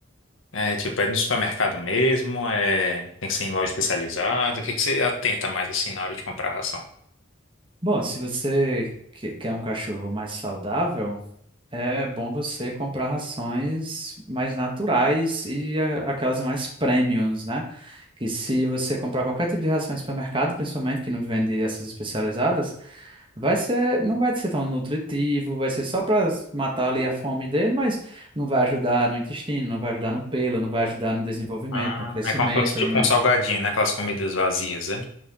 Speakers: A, on the left (about 75°); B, on the right (about 25°).
A: É tipo, é no supermercado mesmo, é... tem que ser em loja especializada. O que que você atenta mais assim na hora de comprar ração?
B: Bom, se você que- quer um cachorro mais saudável, É bom você comprar rações mais naturais e a- aquelas mais premiums, né? Que se você comprar qualquer tipo de ração em supermercado, principalmente que não vende essas especializadas, vai ser, não vai ser tão nutritivo, vai ser só para matar ali a fome dele, mas não vai ajudar no intestino, não vai ajudar no pelo, não vai ajudar no desenvolvimento,
A: Ah,
B: no crescimento,
A: é como se fosse tipo
B: no,
A: um salgadinho, né? Aquelas comidas vazias, né?